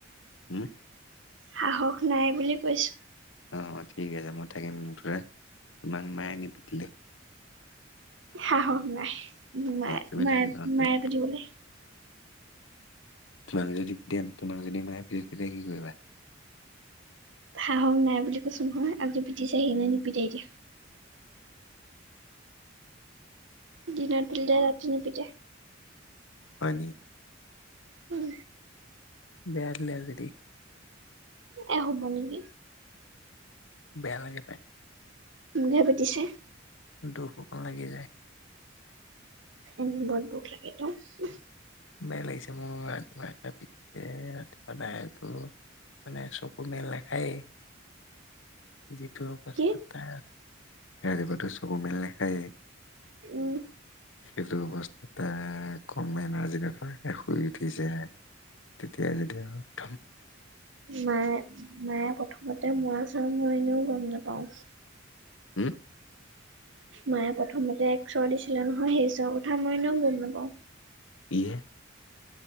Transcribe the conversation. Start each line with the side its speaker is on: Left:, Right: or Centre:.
Left: উম
Right: সাহস নাই বুলি কৈছো
Left: অ ঠিক আছে মই থাকিম মুঠতে তোমাক মায়ে আনি পিটিলো
Right: সাহস নাই মো মায়ে
Left: অ তুমি
Right: মায়ে
Left: থাকিবা অ তুমি
Right: মায়ে পিতিবলে
Left: তোমাক যদি পিটেম তোমাক যদি মায়ে পিটে কি কৰিবা
Right: সাহক নাই বুলি কৈছোন নহয় আজি পিটিছে আহি, নাই নিপিটে এতিয়া দিনৰ পিটিলে ৰাতি নিপিতে
Left: হয় নি
Right: উম
Left: বেয়া দিলে আজি দেই
Right: এ, হ'ব নেকি।
Left: বেয়া লাগে পায়।
Right: মোকহে পিটিছে
Left: দুখ অকণ লাগি যায়
Right: এনে বৰ দুখ লাগে তেওঁৰ
Left: বেয়া লাগিছে মোৰ ৰাতিপুৱা, ৰাতিপুৱাই পিটিছে ৰাতিপুৱা <unintelligible> মানে চকু মেল নেখায়ে যিটো অৱস্থাত
Right: কি
Left: তাই আছে ৰাতিপুৱাটো চকু মেল নেখায়েই
Right: উম।
Left: সেইটো অৱস্থাত তাই, কম <unintelligible> দিনত শুৱাকে শুই উঠিছেহে, তেতিয়াই, যেতিয়াই আৰু
Right: মায়ে, মায়ে প্ৰথমতে মৰা-চৰা মই এনেও গম নাপাওঁ।
Left: <inaudible>
Right: মায়ে প্ৰথমতে এক চৰ দিছিলে নহয় সেই চৰ কথা মই এনেও গম নাপাওঁ।
Left: ইয়ে